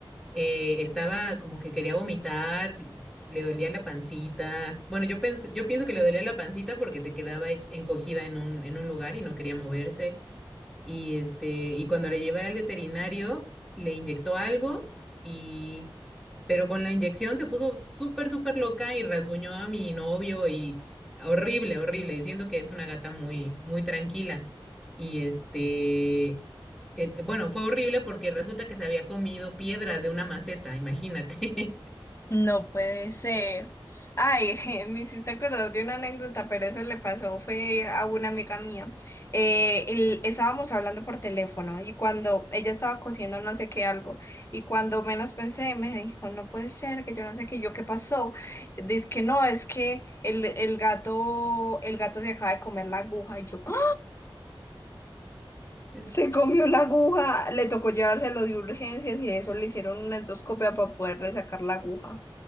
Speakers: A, in the centre; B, on the left.
A: eh, estaba como que quería vomitar, le dolía la pancita. Bueno, yo, pens- yo pienso que le dolía la pancita porque se quedaba hech- encogida en un, en un lugar y no quería moverse. Y, este, y cuando le llevé al veterinario, le inyectó algo y pero con la inyección se puso súper, súper loca y rasguñó a mi novio y horrible, horrible, diciendo que es una gata muy, muy tranquila. Y este, eh, bueno, fue horrible porque resulta que se había comido piedras de una maceta, imagínate.
B: No puede ser. Ay, <laughs> me hiciste acordar de una anécdota, pero eso le pasó, fue a una amiga mía. Eh, el- estábamos hablando por teléfono y cuando ella estaba cosiendo no sé qué algo, y cuando menos pensé, me dijo, no puede ser, que yo no sé qué, y yo qué pasó. Dice que no, es que el, el gato, el gato se acaba de comer la aguja y yo, ¡ah!
A: <laughs>
B: Se comió la aguja, le tocó llevárselo de urgencias y eso le hicieron una endoscopia para poderle sacar la aguja.